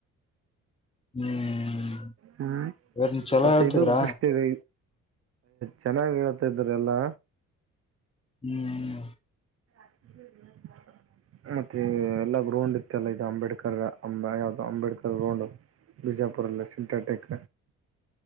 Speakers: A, on the left; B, on the right.
A: ಹ್ಮ್
B: ಹ್ಮ್
A: ಇವ್ರನ್ ಚಲೋ
B: ಮತ್ತೆ
A: ಹೇಳ್ತಿದ್ರ
B: ಇದು ಬೆಸ್ಟ್ ಇದೆ ಚೆನ್ನಾಗಿ ಹತಿದ್ರ ಎಲ್ಲಾ
A: ಹ್ಮ್
B: ಹ್ಮ ಹ್ಮ ಮತ್ತೆ ಎಲ್ಲಾ ಗ್ರೌಂಡ್ ಇತ್ತ ಅಲ್ಲ ಇದು ಅಂಬೇಡ್ಕರ್ ಅ ಯಾವ್ದ ಅಂಬೇಡ್ಕರ್ ಗ್ರೌಂಡ್ ಬಿಜಾಪುರಲ್ಲ ಸಿಂಟಾಟೆಕ್